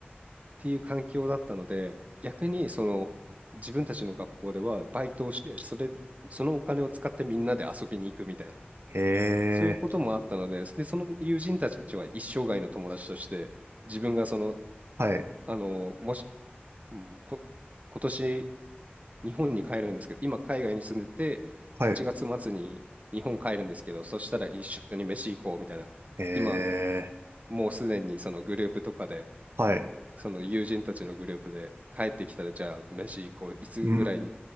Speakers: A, on the right; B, on the right.
A: ていう環境だったので、逆にその自分たちの学校ではバイトをして、それ、そのお金を使ってみんなで遊びに行くみたいな
B: へー
A: そういうこともあったので、で、その友人たちは一生涯の友達として、自分がその、
B: はい。
A: あの、もし、うん、こ今年日本に帰るんですけど、今海外に住んでて、
B: はい。
A: 8月末に日本帰るんですけど、そしたら一緒に飯行こうみたいな、
B: えー
A: 今もうすでにそのグループとかで
B: はい。
A: その友人たちのグループで帰ってきたらじゃあ飯行こういつぐらいに
B: う